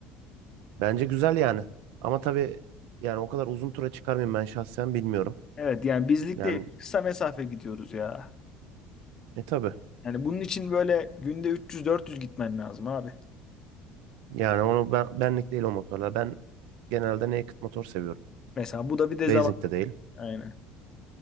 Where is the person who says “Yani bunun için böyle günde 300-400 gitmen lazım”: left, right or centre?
Left